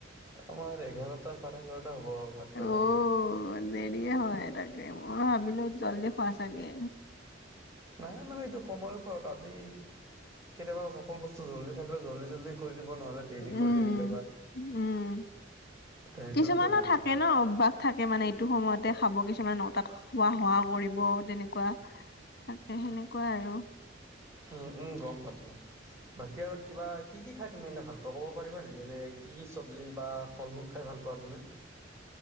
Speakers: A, on the right; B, on the left.
A: আমাৰ এঘাৰটা চাৰে এঘাৰটা হ'ব ভাত খোৱা
B: অ'
A: টাইমটো
B: দেৰিয়ে হয় তাকে মই ভাবিলো জল্ডি খোৱা চাগে
A: নাই মানে এইটো সময়ৰ ওপৰত আজি কেতিয়াবা সকলো বস্তু চৌ জল্ডি থাকে জল্ডিও জল্ডি কৰি দিব নহলে দেৰি কৰি
B: উম,
A: দিয়ে কেতিয়াবা
B: উম।
A: সেইটোৰ
B: কিছুমানৰ
A: ওপৰতে
B: থাকে ন অভ্যাস থাকে মানে এইটো সময়তে খাব কিছুমানে নটাত খোৱা হোৱা কৰিব তেনেকুৱা থাকে সেনেকুৱা আৰু
A: উম উম গম পালো বাকী আৰু কিবা কি কি খায় তুমি এনেই ভাল পোৱা ক'ব পাৰিবা নেকি এনেই কি কি চবজি বা ফল মূল খাই ভাল পোৱা তুমি